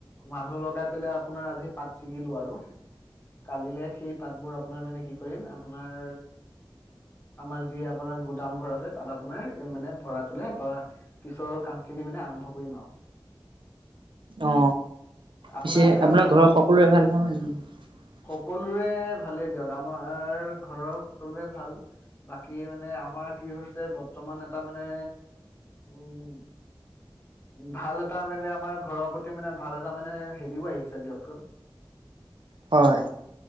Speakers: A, on the left; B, on the right.
A: মানুহ লগাই পেলাই আপোনাৰ আজি পাত ছিগিলো আৰু কালিলে সেই পাতবোৰ আপোনাৰ মানে কি কৰিম আপোনাৰ আমাৰ যি আপোনাৰ দামঘৰ আছে তাত আপোনাৰ মানে ভৰাই পেলাই বা পিছৰ কাম খিনি মানে আৰম্ভ কৰিম আৰু।
B: অ
A: আপোনাক
B: পিছে আপোনাৰ
A: মা
B: ঘৰৰ সকলোৰে ভাল পাওঁ হয় জানো।
A: সকলোৰে ভালেই দিয়ক আমাৰ ঘৰৰ সকলোৰে ভাল বাকী মানে আমাৰ কি হৈছে বৰ্তমান এটা মানে উম' ভাল এটা মানে আমাৰ ঘৰৰ প্ৰতি মানে ভাল এটা মানে হেৰিও আহিছে দিয়কচোন।
B: হয়।